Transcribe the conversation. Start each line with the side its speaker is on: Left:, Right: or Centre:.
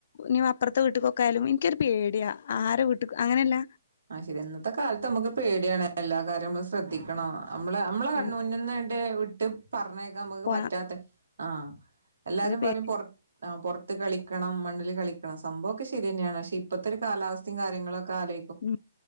Left: നാ അപ്പുറത്തെ വീട്ടുപോക്കായാലും എനിക്കൊരു പേടിയാ ആരെ വീട്ടക് അങ്ങനെയല്ല
Right: ആ ശരിയ ഇന്നത്തെ കാലത്ത് നമ്മുക്ക് പേടിയാണ് എല്ലാ കാര്യും നമ്മള് ശ്രദ്ധിക്കണോം നമ്മള് നമ്മളെ കണ്ണ്
Left: ഉം
Right: മുന്നിന്ന്‌ ടെവ് ട്ട് പറഞ്ഞേ നമുക്ക്
Left: പോവാൻ
Right: പറ്റാത്ത ആ എല്ലാരും
Left: ഒരു പേടി
Right: പറയും പുറത് ആ പൊറത്ത് കളിക്കണം മണ്ണിൽ കളി സംഭം ഒക്കെ ശരിയന്നെയാണ് ക്ഷെ ഇപ്പത്തെ ഒരു കാലാവസ്ഥയും കാര്യങ്ങളൊക്ക്‌ കാലം
Left: ഉം